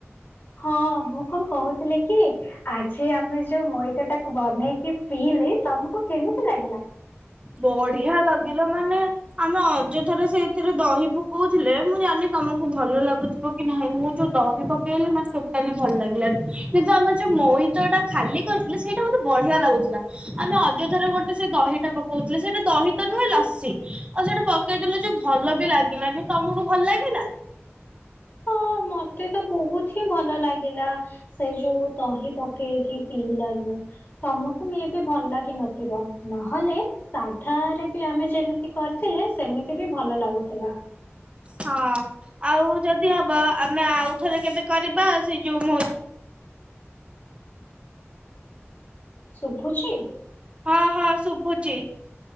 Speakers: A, on the left; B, on the right.
A: ହଁ ମୁଁ କଣ କହୁଥିଲି କି ଆଜି ଆମେ ଯୋଉ ମଇତ ଟାକୁ ବନେଇକି ପିଇଲି ତମକୁ କେମିତି ଲାଗିଲା?
B: ବଢିଆ ଲାଗିଲା ମାନେ ଆମେ ଅଯଥାରେ ସେଇଥିରେ ଦହି ପକଉଥିଲେ ମୁଁ ଜାଣିନି ତମକୁ ଭଲ ଲାଗୁ କି ନାହିଁ ମୁଁ ଯୋଉ ଦହି ପକେଇଲି ମତେ ଟୋଟାଲି ଭଲ ଲାଗିଲାନି। କିନ୍ତୁ ଆମେ ଯୋଉ ମଇତଟା ଖାଲି କରିଥିଲେ ସେଇଟା ମତେ ବଢିଆ ଲାଗୁଥିଲା ଆମେ ଅଯଥା ରେ ଗୋଟେ ସେ ଦହି ସେଟା ପକଉଥିଲେ ସେଇଟା ଦହିତ ନୁହେଁ ଲସି ଆଉ ସେଇଟା ପକେଇଦେଲେ ଯେ ଭଲ ବି ଲାଗିଲାନି। ତମକୁ ଭଲ ଲାଗିଲା?
A: ହଁ ମତେ ତ ବହୁତ ହିଁ ଭଲ ଲାଗିଲା ସେ ଯୋଉ ଦହି ପ ପକେଇକି ପିଇଲାରୁ ତମକୁ ମେବୀ ଭଲ ଲାଗି ନଥିବ ନହେଲେ କଥାରେ ବି ଆମେ ଯେମିତି କରିଥିଲେ ସେମିତି ବି ଭଲ ଲାଗୁଥିଲା।
B: ହଁ ଆଉ ଯଦି ହବ ଆମେ ଆଉଥରେ କେବେ କରିବା ସେ ଯୋଉ ମୋ
A: ଶୁଭୁଛି?
B: ହଁ ହଁ ଶୁବୁଚି।